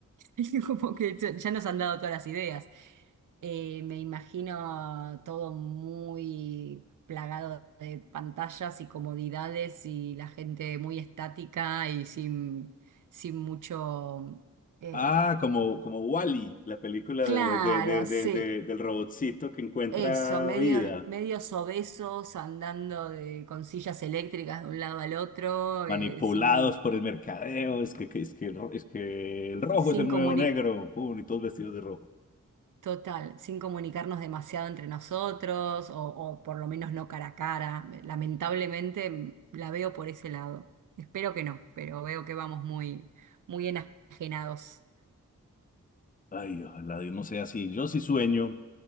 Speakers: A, on the right; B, on the left.
A: <laughs> Como que ya ya nos han dado todas las ideas. Eh, me imagino todo muy plagado de pantallas y comodidades y la gente muy estática y sin, sin mucho... eh,
B: Ah, como, como Wall-E, la película
A: Claro,
B: de, de- de-
A: sí,
B: de- de- del robotcito que encuentra
A: Eso, medio,
B: vida,
A: medios obesos andando de, con sillas eléctricas de un lado al otro,
B: manipulados
A: eh, sin,
B: por el mercadeo, es que, que- es que, el ro- es que el rojo
A: sin
B: es el
A: comuni-
B: nuevo negro, pum, y todos vestidos de rojo.
A: total, sin comunicarnos demasiado entre nosotros, o, o por lo menos no cara a cara. Lamentablemente mm, la veo por ese lado. Espero que no, pero veo que vamos muy, muy enajenados.
B: Ay, ojalá Dios no sea así. Yo sí sueño